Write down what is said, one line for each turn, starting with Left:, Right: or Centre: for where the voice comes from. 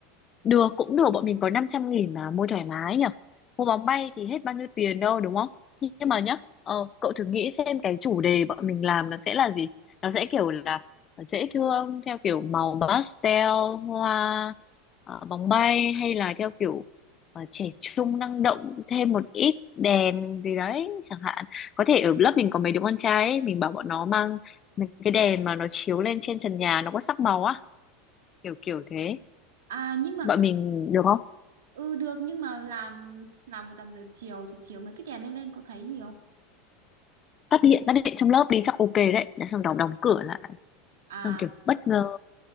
Left: Được cũng được bọn mình có năm trăm nghìn mà mua thoải mái nhỉ Mua bóng bay thì hết bao nhiêu tiền đâu đúng không Nhưng nhưng mà nhá ờ, Cậu thử nghĩ xem cái chủ đề bọn mình làm nó sẽ là gì Nó sẽ kiểu là dễ thương Theo kiểu màu pastel Hoa ờ, bóng bay Hay là theo kiểu ờ, trẻ trung năng động Thêm một ít đèn gì đấy Chẳng hạn Có thể ở lớp mình có mấy đứa con trai ấy, Mình bảo bọn nó mang mấy cái đèn mà nó chiếu lên trên trần nhà Nó có sắc màu á Kiểu kiểu thế
Right: À nhưng mà
Left: Bọn mình được không
Right: ừ được nhưng mà làm làm một tầm giờ chiều thì chiều mấy cái đèn lên lên có thấy gì không?
Left: phát hiện phát hiện trong lớp đi chắc ok đấy Đã xong đóng đóng cửa lại
Right: À
Left: xong kiểu bất ngờ